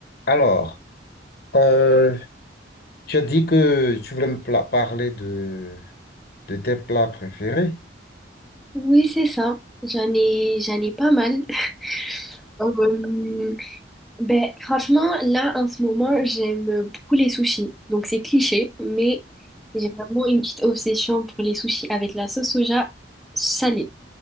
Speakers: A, on the left (about 60°); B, in the centre.
A: Alors, euh, tu as dit que tu voulais me pla- parler de, de tes plats préférés.
B: Oui, c'est ça. J'en ai, j'en ai pas mal. <laughs> Euh, ben, franchement, là, en ce moment, j'aime beaucoup les sushis. Donc, c'est cliché, mais j'ai vraiment une petite obsession pour les sushis avec la sauce soja salée.